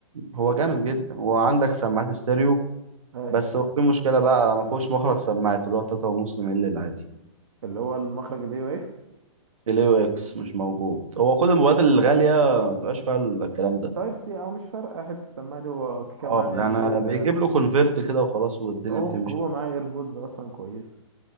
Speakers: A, on the right (about 80°); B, on the right (about 55°).
A: هو جامد جدا وعندك سماعات ستيريو
B: اي
A: بس هو في مشكلة بقى ما فيهوش مخرج سماعات اللي هو تلاتة ونص مللي العادي
B: اللي هو المخرج الاي او اكس
A: ال AUX مش موجود هو كل الموبايلات الغالية ما بتبقاش فيها الكلام ده
B: تايب سي او مش فارقه حته السماعه دي هو كيكه معاه
A: اه
B: ايربودز
A: يعني بيجيب
B: يعني
A: له كونفرت كده وخلاص والدنيا
B: هو
A: بتمشي
B: هو معاه ايربودز اصلا كويسه